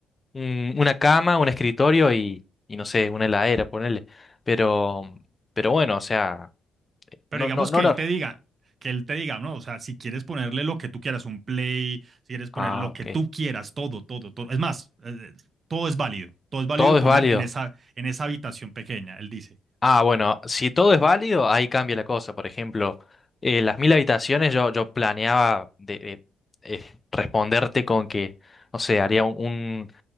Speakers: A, on the left (about 25°); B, on the right (about 45°).
A: una cama, un escritorio y, y no sé, una heladera, ponerle. Pero, pero bueno, o sea,
B: Pero
A: no,
B: digamos
A: no, no
B: que
A: lo.
B: él te diga, que él te diga, no, o sea, si quieres ponerle lo que tú quieras, un play, si quieres poner
A: Ah,
B: lo
A: ok.
B: que tú quieras, todo, todo, todo. Es más, eh, eh, todo es válido. Todo es válido
A: Todo es
B: poner
A: válido.
B: en esa, en esa habitación pequeña, él dice.
A: Ah, bueno, si todo es válido, ahí cambia la cosa. Por ejemplo, eh, las mil habitaciones yo, yo planeaba de, de- eh, responderte con que, no sé, haría un, un,